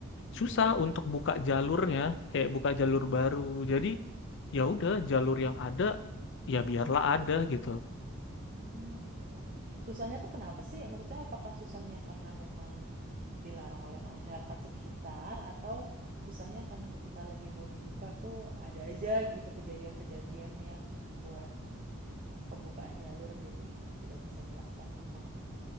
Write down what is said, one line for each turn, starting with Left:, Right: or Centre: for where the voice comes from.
Left: susah
Right: Hmm?
Left: untuk buka jalurnya kayak buka jalur baru. Jadi ya udah jalur yang ada ya biarlah ada gitu.
Right: Hmm, gitu. Susahnya tuh kenapa sih? Maksudnya apakah susahnya karena memang dilarang oleh masyarakat sekitar atau susahnya karena ketika lagi mau dibuka tuh ada aja gitu kejadian-kejadian yang membuat pembukaan jalur jadi tidak bisa dilaksanakan.